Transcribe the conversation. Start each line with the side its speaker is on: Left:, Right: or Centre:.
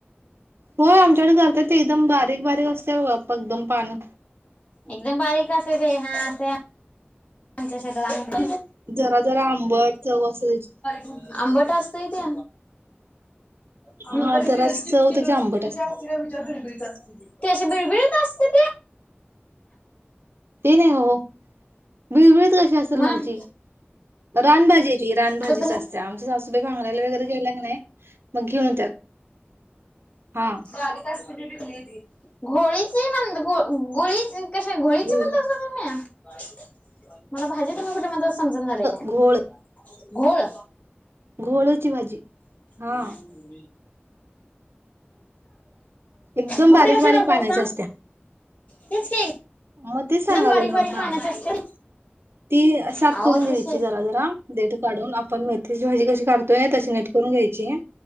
Right: होय आमच्याकडे करता ते एकदम बारीक बारीक असते आप एकदम पानं
Left: एकदम बारीक असे ते हा असे आमच्या शेतात
Right: जरा जरा आंबट चव असते त्याची
Left: ु आंबट असतय ते आ
Right: हा
Left: सगळ्या
Right: जराशी चव त्याची आंबट असते
Left: विचार भेतात ते अे बिळबिळत असते ते
Right: ते नाही हो बिळबिळत कशी असेल
Left: मग
Right: भाजी रानभजी रान भाजीच
Left: तर तुम्ही
Right: असतते आमच्या सासूबाईांगरायला वगैरे गेल्या नाही मग घेऊन येतात हा
Left: बारीक घोळीची म्हण गोळी कश घोळीची
Right: घोळ
Left: म्हणत तु्ही मला भाजी तुम्ही कुठे म समजणार आहे नाही
Right: घोळ
Left: घोळ
Right: घोळची भाजी
Left: चालू
Right: हा एकदम
Left: मग
Right: बारीक
Left: ते कसे
Right: बारीक
Left: करत
Right: पाण्याची
Left: असता
Right: असत्या
Left: तेच
Right: मग ते
Left: एकदम
Right: सांगाल
Left: बारीक
Right: न
Left: बारीक
Right: का
Left: पानाचे असते
Right: ती साफ
Left: अहो
Right: करून घ्यायची
Left: तसे
Right: जरा जरा देट काढून आपण मेथीची भाजी कशी काढतोय तशी नट घ्याय